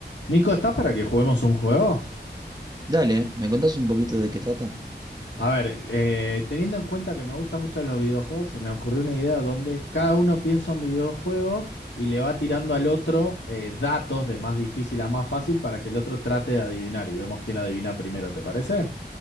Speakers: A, on the left (about 85°); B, on the right (about 20°).
A: Nico, ¿estás para que juguemos un juego?
B: Dale, ¿me contás un poquito de qué trata?
A: A ver, eh, teniendo en cuenta que me gustan mucho los videojuegos, se me ocurrió una idea donde cada uno piensa un videojuego y le va tirando al otro eh, datos de más difícil a más fácil para que el otro trate de adivinar y vemos quién adivina primero, ¿te parece?